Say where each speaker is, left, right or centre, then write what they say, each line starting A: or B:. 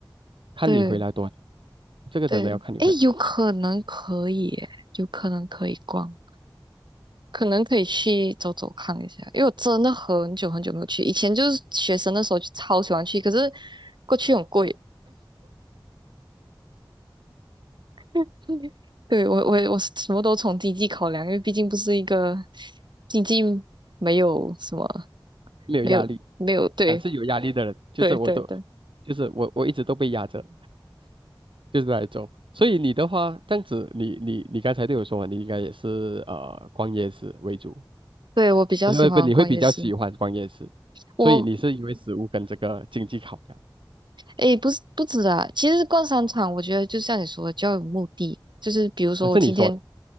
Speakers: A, on the right; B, on the right.
A: 看你回来多久，
B: 对
A: 这个真的要看你回来多久，
B: 对，诶，有可能可以耶有可能可以逛，可能可以去走走看一下，因为我真的很久很久没有去，以前就是学生的时候就超喜欢去，可是过去很贵。<laughs> 对，我我我是什么都从经济考量，因为毕竟不是一个经济没有什么
A: 没有压力
B: 没有没有对
A: 啊，是有压力的人，就是我都，
B: 对对对，
A: 就是我我一直都被压着，就是来走。所以你的话，这样子你，你你刚才对我说嘛，你应该也是呃逛夜市为主，
B: 对我比较喜欢逛夜市。
A: 我觉得你会比较喜欢逛夜市，
B: 我
A: 所以你是因为食物跟这个经济考量，
B: 诶，不是不止啊，其实逛商场，我觉得就像你说的，就要有目的。就是比如说我今天，
A: 呃是你说的，